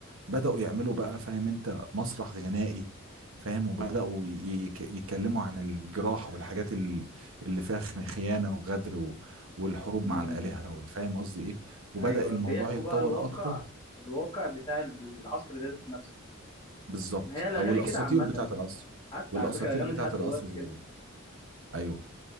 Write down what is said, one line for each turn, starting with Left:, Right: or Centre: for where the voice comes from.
Right: بدأوا يعملوا بقى فاهم انت مسرح غنائي فاهم وبدأوا ي- يك- يتكلموا عن الجراح والحاجات ال- اللي فيها خن- خيانة وغدر و- والحروب
Left: أمم
Right: مع الآلهة والفاهم قصدي ايه وبدأ
Left: أيوه
Right: الموضوع
Left: بيحكوا
Right: يتطور
Left: بقى الواقع
Right: أكتر
Left: الواقع بتاع العصر ده ذات نفسه
Right: بالظبط
Left: ما هي الأغاني
Right: أو الأساطير
Left: كده عامة
Right: بتاعة العصر
Left: حتى
Right: والأساطير
Left: على فكرة الأغاني
Right: بتاعة
Left: لحد
Right: العصر
Left: دلوقتي
Right: زي
Left: كده
Right: ده أيوه